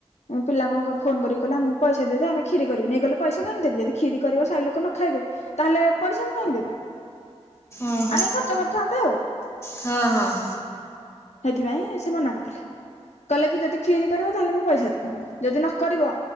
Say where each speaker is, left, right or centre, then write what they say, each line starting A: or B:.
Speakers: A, on the left (about 80°); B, on the left (about 25°).
A: ପିଲାଙ୍କ କଣ ଫୋନ୍ କରି କଲେ ଆମକୁ ପଇସା ଦେଇ ଦିଅ ଆମେ କ୍ଷୀରି କରିବୁ, ଇଏ କହିଲେ ପଇସା କାହିଁ ମୁଁ ଦେବି ଜଦି କ୍ଷୀରି କରିବ ଶହେ ଲୋକ ନଖାଇବେ ତାହେଲେ ପଇସା ମୁଁ କାହିଁକି ଦେବି,
B: ଓହୋ
A: ଆ ନେଇକି ଖର୍ଚ୍ଚ କରିଥାନ୍ତ ଆଉ।
B: ହଁ ହଁ।
A: ସେଇଥିପାଇଁ ସେ ମନା କରିଦେଲେ। କହିଲେ କି ଯଦି କ୍ଷୀରି କରିବ ତାହେଲେ ମୁଁ ପଇସା ଦେବି ଯଦି ନ କରିବ